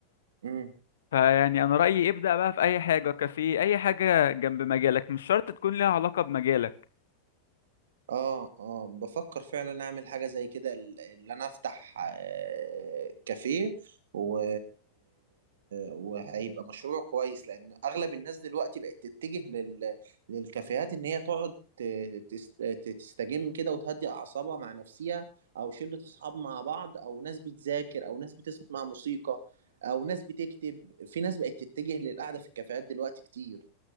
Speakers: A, on the right; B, on the left.
A: مم.
B: فيعني انا رأيي ابدأ بقى في اي حاجة كافيه اي حاجة جنب مجالك مش شرط تكون ليها علاقة بمجالك
A: اه اه بفكر فعلا اعمل حاجة زي كده ال- اللي انا افتح آه، كافيه و... وهيبقى مشروع كويس لان اغلب الناس دلوقتي بقت تتجه لل... للكافيهات ان هي تقعد ت- تس- ت- تستجم كده وتهدي اعصابها مع نفسها او شلة اصحاب مع بعض او ناس بتذاكر او ناس بتسمع موسيقى او ناس بتكتب في ناس بقت تتجه للقعدة في الكافيهات دلوقتي كتير